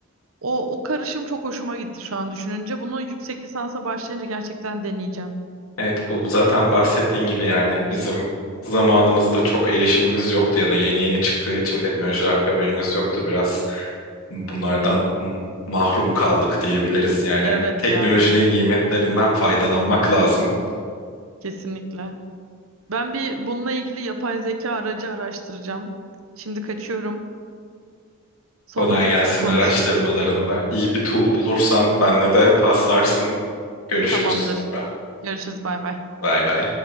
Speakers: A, on the right (about 75°); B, on the left (about 85°).
A: O, o karışım çok hoşuma gitti şu an düşününce. Bunu yüksek lisansa başlayınca gerçekten deneyeceğim.
B: Evet bu zaten bahsettiğin gibi yani bizim zamanımızda çok erişimimiz yoktu ya da yeni yeni çıktığı için teknolojiler haberimiz yoktu biraz. Bunlardan m- mahrum kaldık diyebiliriz yani.
A: Evet
B: Teknolojinin
A: ya,
B: nimetlerinden faydalanmak lazım.
A: kesinlikle. Ben bir bununla ilgili yapay zeka aracı araştıracağım. Şimdi kaçıyorum. Sonra
B: Kolay
A: tekrar
B: gelsin
A: konuşuruz.
B: araştırmalarında. İyi bir tool bulursan benle de paslarsın. Görüşürüz
A: Tamamdır.
B: sonra.
A: Görüşürüz. Bay bay.
B: Bay bay.